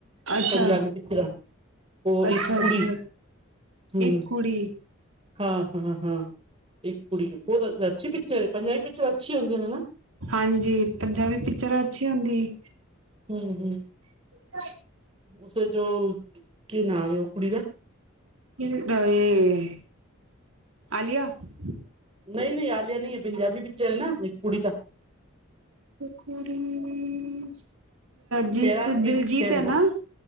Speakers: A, on the right; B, on the right.
A: ਅੱਛਾ
B: ਪੰਜਾਬੀ ਪਿਕਚਰਾਂ, ਉਹ
A: ਅੱਛਾ
B: ਇੱਕ ਕੁੜੀ,
A: ਅੱਛਾ
B: ਹਮ
A: ਇੱਕ ਕੁੜੀ
B: ਹਾਂ- ਹਾਂ- ਹਾਂ ਇੱਕ ਕੁੜੀ ਬਹੁਤ ਅੱਛੀ ਪਿਕਚਰ ਹੈ ਪੰਜਾਬੀ ਪਿਕਚਰ ਅੱਛੀ ਹੁੰਦੇ ਨੇ ਹਨਾ
A: ਹਾਂਜੀ, ਪੰਜਾਬੀ ਪਿਕਚਰ ਅੱਛੀ ਹੁੰਦੀ
B: ਹਮ- ਹਮ
A: <inaudible> <inaudible>
B: ਉਸੇ ਚ ਉਹ, ਕੀ ਨਾਂ ਹੈ ਉਹ ਕੁੜੀ ਦਾ
A: ਇਹ ਏ ਆਲੀਆ।
B: ਨਹੀਂ -ਨਹੀਂ ਆਲਿਆ ਨਹੀਂ ਏ ਪੰਜਾਬੀ ਪਿਕਚਰ ਹੈ ਨਾ ਇੱਕ ਕੁੜੀ ਦਾ
A: ਇਕ ਕੁੜੀ ਜਿਸ
B: ਸ਼ਹਿਨਾਜ਼
A: ਚ
B: ਗਿੱਲ,
A: ਦਿਲਜੀਤ
B: ਸ਼ਹਿਨ
A: ਹੈ ਨਾ।
B: ਹਾਂ,